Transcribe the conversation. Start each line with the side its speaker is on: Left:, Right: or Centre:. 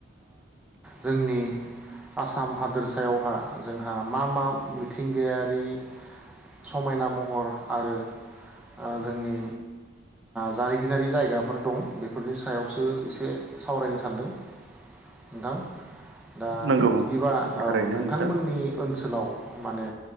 Centre: जोंनि आसाम हादोरसायावहा जोंहा मा मा मिथिं मिथिंगायारि समायना महर आरो जोंनि जारिमिनारि जायगा फोर दं बेफोरनि सायावसो एसे सावरायनो सानदों नोंथां दा
Right: नंगौ
Centre: बिदिबा
Right: थारैनो
Centre: औ नोंथांमोननि
Right: नोंथां
Centre: ओनसोलाव माने